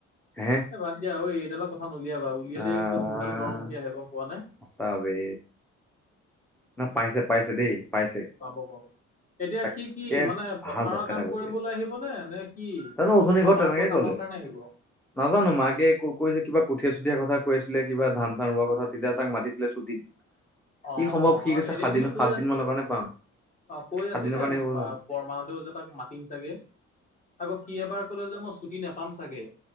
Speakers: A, in the centre; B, on the left.
A: হে
B: এ, বাদ দিয়া আৰু এইডালৰ কথা নলিয়াবা উলিয়ালেইে
A: আহ
B: কিবা মোৰডাল গৰম উঠি আহিব পোৱা নাই।
A: সঁচা বে না পাইছে পাইছে দেই পাইছে।
B: পাব পাব এতিয়া
A: তাকে
B: সি কি মানে
A: ভাল
B: পথাৰৰ
A: জাত কটা
B: কাম
A: পাইছে
B: কৰিবলৈ আহিবনে নে? কি
A: জানো উঠনি
B: মামাকৰ
A: ঘৰত তেনেকে
B: কামৰ
A: ক'লে।
B: কাৰণে আহিব
A: নাজানো মাকে ক কৈছে কিবা কঠীয়া-চুঠীয়াাৰ কথা কৈ আছিলে কিবা ধান চান ৰোৱাৰ কথা তেতিয়া তাক মাতিছিলে ছুটী। কি
B: অ
A: সম্ভৱ
B: অ
A: কি কৈছে
B: এনেই
A: সাত
B: কিন্তু
A: দিন
B: কৈ
A: সাত
B: আছিল
A: দিন মানৰ কাৰণে পাম।
B: অ, কৈ
A: সাত
B: আছিলে
A: দিনৰ কাৰণে
B: বৰমাহতেও
A: হ'বলা
B: যে তাক মাতিম চাগে আকৌ। সি এবাৰ ক'লে যে মই ছুটি নাপাম চাগে।